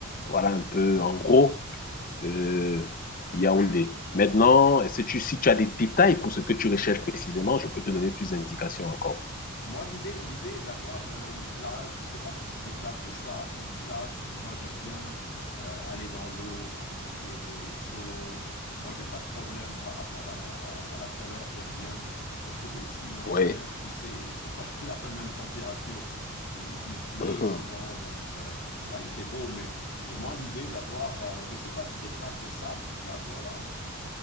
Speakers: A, on the left; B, on the left.
A: Voilà un peu, en gros, euh, Yaoundé. Maintenant, est-ce que tu, si tu as des détails pour ce que tu recherches précisément, je peux te donner plus d'indications encore.
B: Moi, l'idée, l'idée d'avoir euh, une plage, je ne sais pas si c'est des plages de sable, une plage, parce que moi, j'aime bien euh, aller dans l'eau quand il fait chaud. Moi, j'ai pas de problème par rapport à la, à la chaleur, j'aime bien. Surtout que ici, moi,
A: Oui.
B: à Genève, tu sais, c'est pas <laughs> la même température. Il, il pleut
A: <laughs>
B: souvent, donc euh, là, il fait beau. Mais, mais moi, l'idée d'avoir, euh, je ne sais pas, c'est des plages de sable que tu as à Douala?